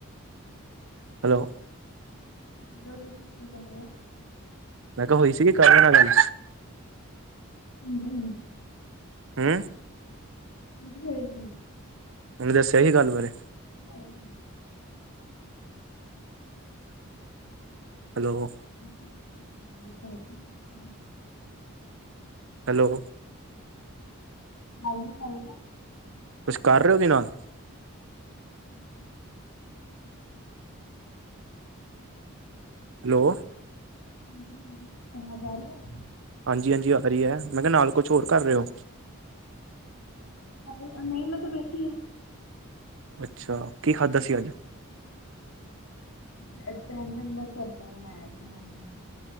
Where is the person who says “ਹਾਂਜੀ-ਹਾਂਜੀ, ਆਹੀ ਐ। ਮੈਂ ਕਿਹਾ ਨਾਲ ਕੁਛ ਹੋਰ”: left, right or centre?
Right